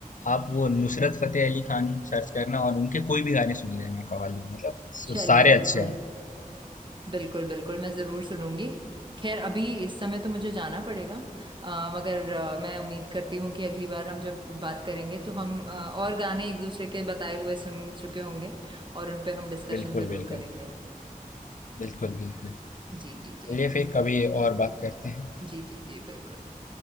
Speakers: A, on the left; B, on the right.
A: आप वो नुसरत फतेह अली खान सर्च करना और उनके कोई भी गाने सुन लेना कव्वाली मतलब स-
B: चलिए
A: सारे
B: बिल्कुल
A: अच्छे हैं
B: बिल्कुल बिल्कुल मैं ज़रूर सुनूंगी खैर अभी इस समय तो मुझे जाना पड़ेगा अ, मगर अ, मैं उम्मीद करती हूँ कि अगली बार हम जब बात करेंगे तो हम अ, और गाने एक दूसरे के बताए हुए सुन चुके होंगे और उन पे हम डिस्कशन
A: बिल्कुल
B: ज़रूर
A: बिल्कुल
B: करेंगे
A: बिल्कुल बिल्कुल
B: जी जी
A: चलिए
B: जी
A: फिर कभी और बात करते हैं
B: जी जी जी बिल्कुल